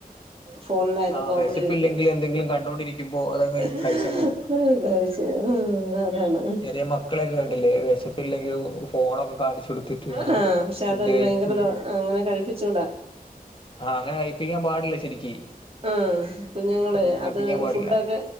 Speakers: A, on the right (about 40°); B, on the left (about 35°).
A: ഫോണിലായാലും
B: ആഹ്
A: കോമഡി
B: വെശപ്പില്ലെങ്കിൽ
A: വെക്കും
B: എന്തെങ്കിലും കണ്ടോണ്ടിരിക്കുമ്പോ അതങ്ങ്
A: <unintelligible>
B: കഴിച്ചങ്ങ് പോകും
A: ഉം കഴിച്ച് ഉം അതാണ്
B: ചെറിയ മക്കളൊക്കെ കണ്ടില്ലേ വെഷപ്പ് ഇല്ലെങ്കിലും ഫോണൊക്കെ കാണിച്ചൊടുത്തിട്ട് ഇങ്ങനെ
A: ആഹ് പക്ഷെ
B: ഫുഡ്
A: അതൊരു
B: കഴിക്കി
A: ഭയങ്കര ദോ അങ്ങനെ കഴിപ്പിച്ചൂടാ
B: ആഹ് അങ്ങനെ കഴിപ്പിക്കാൻ പാടില്ല ശരിക്ക്
A: ആഹ് കുഞ്ഞുങ്ങളെ
B: അങ്ങനെ
A: അത്
B: കഴിപ്പിക്കാൻ പാടില്ല
A: ഫുഡൊക്കെ